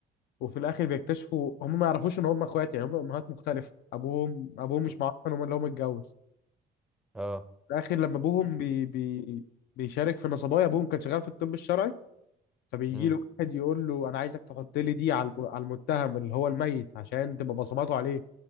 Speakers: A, on the left; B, in the centre.
A: وفي الاخر بيكتشفوا هم ما يعرفوش ان هم اخوات يعني هم امهات مختلفه ابوهم ابوهم مش
B: <laughs>
A: معروف ان هو اللي هو متجوز
B: اه
A: في الاخر لما ابوهم بي بي بيشارك في نصبايا ابوهم كان شغال في الطب الشرعي فبيجي
B: مم.
A: له واحد يقول له انا عايزك تحط لي دي على الم- على المتهم اللي هو الميت عشان تبقى بصماته عليه